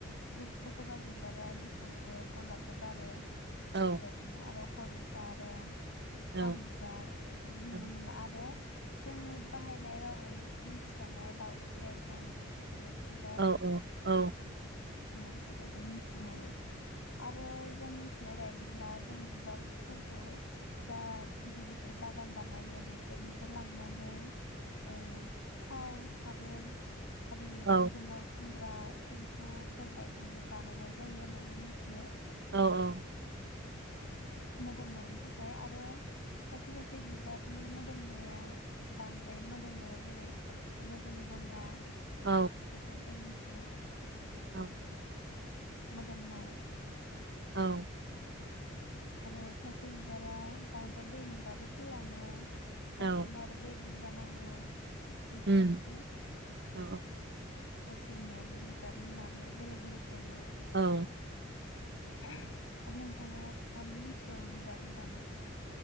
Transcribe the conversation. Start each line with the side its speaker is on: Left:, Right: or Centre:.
Left: गु ग जबा बिबारा गुफुरबो गलाबबो बारो बेबायदिनो
Right: औ
Left: आरो अपरजिता दं सान
Right: औ
Left: बिबार बेफोरखौ नुनो
Right: औ
Left: मोनो आरो जोंनि बाहायनाय रावै मोनथिजानाय दाउस्रि आयथें बे बिबार
Right: औ औ
Left: औ बेफोरखौ मिथिनो हायो आरो जों मिथिनाय बायदिब्ला जों बिबारफोरखौ जा गिदिर गिदिर बागान बानायो बेफोरनिफ्राय लांनानै ओ थाव साबोन आरि
Right: औ
Left: मोदोमाव फुनगो रां सिन फु फोरबायदि बानायनाय जायो होननानै मिनथियो
Right: औ औ
Left: मोदोमनायनि थाखाय आरो खायसे खायसे बिबारनि मोदोमनाया बांद्राय मोदोमो जेरै रजनि गन्धा
Right: औ
Left: बेखौ जों <unintelligible>
Right: औ
Left: अ मोदोमनाय
Right: औ
Left: आरो खायसे बिबारा बांद्राय दै मोनबाबो थैलाङो। खायसेना
Right: औ
Left: आरो दै बुरजा नांगौ। बेफोरबायदिनो
Right: उम औ
Left: गासैनियाबो बिबारनि माबाया बेलेक बेलेक थायो।
Right: औ
Left: आरो नोंथाङा मा मा मोनथिबावो बिबारनि बागै?